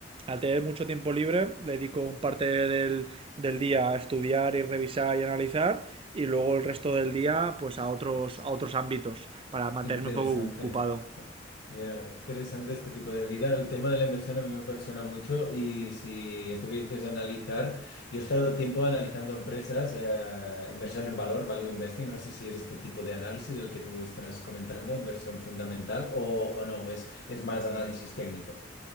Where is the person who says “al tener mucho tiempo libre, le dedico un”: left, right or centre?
Right